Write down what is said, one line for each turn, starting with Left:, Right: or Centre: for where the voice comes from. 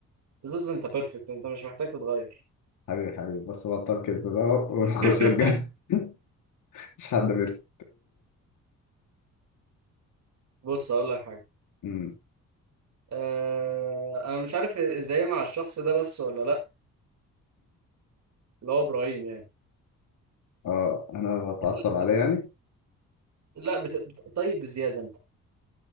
Right: زوز انت بيرفكت انت مش محتاج تتغير
Left: حبيبي حبيبي بس بطل كده بقى ونخش
Right: <laughs>
Left: الجد <laughs> مش حد بيرد
Right: بص اقول لك حاجه
Left: مم.
Right: آه... انا مش عارف ازاي مع الشخص ده بس ولا لا اللي هو ابراهيم يعني
Left: اه انا بتعصب
Right: <laughs>
Left: عليه
Right: بس
Left: يعني
Right: لا بت... بت... طيب بزياده انت